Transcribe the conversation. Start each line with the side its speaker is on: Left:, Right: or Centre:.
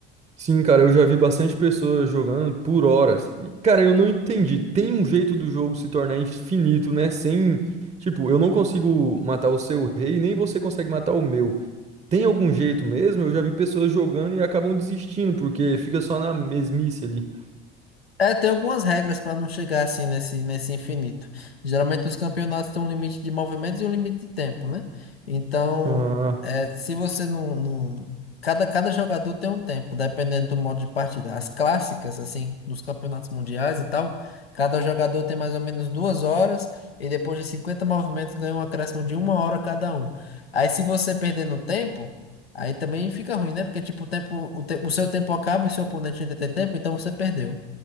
Right: Sim, cara, eu já vi bastante pessoas jogando por horas. E, cara, eu não entendi. Tem um jeito do jogo se tornar infinito, né? Sem. Tipo, eu não consigo matar o seu rei, nem você consegue matar o meu. Tem algum jeito mesmo? Eu já vi pessoas jogando e acabam desistindo, porque fica só na mesmice ali.
Left: É, tem algumas regras para não chegar assim nesse, nesse infinito. Geralmente os campeonatos têm um limite de movimentos e um limite de tempo, né? Então,
Right: Ah,
Left: é, se você não, não... Cada, cada jogador tem um tempo, dependendo do modo de partida. As clássicas, assim, dos campeonatos mundiais e tal, cada jogador tem mais ou menos duas horas e depois de 50 movimentos ganha um acréscimo de uma hora cada um. Aí se você perder no tempo... Aí também fica ruim, né? Porque, tipo, o tempo, o, te- o seu tempo acaba e seu oponente ainda tem tempo, então você perdeu.